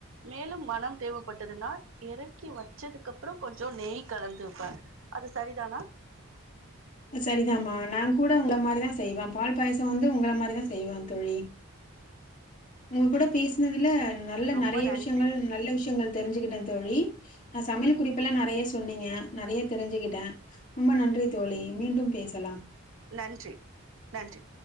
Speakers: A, on the right; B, on the left.
A: மேலும் மனம் தேவைப்பட்டதுனா இறக்கி வெச்சதுக்கு அப்புறோ கொஞ்சோ நெய் கலந்துப்ப அது சரிதானா
B: சரிதாமா நான் கூட உங்கள மாதிரிதா செய்வ பால் பாயிசோ வந்து உங்களள மாதிரிதா செய்வந் தோழி உங்க கூட பேசி னதுல நல்ல
A: ரொம்ப
B: நெறய
A: நன்றி
B: விஷ்யங்கள் நல்ல விஷ்யங்கள் தெரிஞ்சுக்கிட்டந் தோழி அ சமையல் குறிப்பெல்லா நெறயா சொன்னீங்க நெறயா தெரிஞ்சுக்கிட்ட ரொம்ப நன்றி தோழி மீண்டும் பேசலாம்
A: நன்றி நன்றி